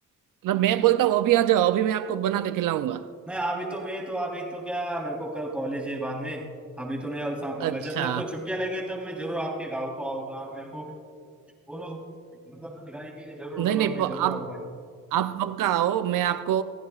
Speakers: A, on the right (about 75°); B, in the centre.
A: मैं बोलता हूँ अभी आ जाओ अभी मैं आपको बना के खिलाऊंगा
B: नहीं अभी तो मैं तो अभी तो क्या मेरे को कल कॉलेज है बाद में अभी तो नहीं अलसा कहूंगा
A: अच्छा
B: जब मेरे को छुट्टियां लगे तब मैं जरूर आपके गाँव को आऊंगा आप मेरे को बोलो मतलब खिलाने के लिए जरूर
A: नहीं
B: बुलाओ
A: नहीं
B: मैं
A: प-
B: जरूर
A: आप
B: आऊंगा
A: आप पक्का आओ मैं आपको